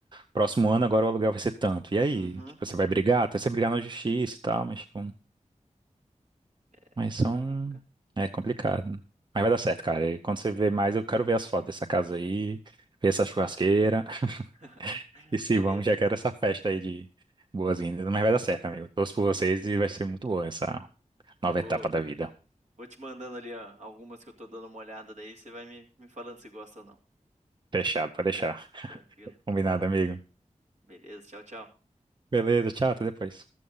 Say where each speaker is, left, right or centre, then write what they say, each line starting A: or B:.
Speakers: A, on the right (about 35°); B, on the right (about 65°).
A: próximo ano agora o aluguel vai ser tanto. E aí?
B: uhum.
A: Tipo, você vai brigar, até você brigar na justiça e tal, mas, tipo.
B: É
A: Mas
B: complicado,
A: são.
B: cara.
A: É complicado. Mas vai dar certo, cara. E quando você vê mais, eu quero ver as fotos dessa casa
B: Uhum.
A: aí, ver essa churrasqueira. <laughs>
B: <laughs>
A: E se
B: Beleza.
A: vamos, já quero essa festa aí de boas-vindas. Mas vai dar certo, amigo. Torço por vocês e vai ser muito boa essa nova
B: Eu vou
A: etapa da vida.
B: Vou te mandando ali, ó, algumas que eu tô dando uma olhada daí, você vai me, me falando se gosta ou não.
A: Fechado, pode deixar.
B: Tranquilo.
A: Combinado, amigo.
B: Beleza, tchau, tchau.
A: Beleza, tchau, até depois.